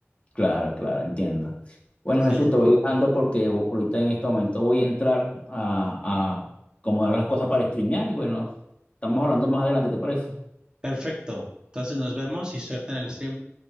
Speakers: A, on the left (about 25°); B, on the right (about 20°).
A: Claro, claro, entiendo. Bueno,
B: Sí,
A: Jesús, te voy dejando porque o- ahorita en este momento voy a entrar a, a acomodar las cosas para streamear y bueno, estamos hablando más adelante, ¿te parece?
B: perfecto. Entonces nos vemos y suerte en el stream.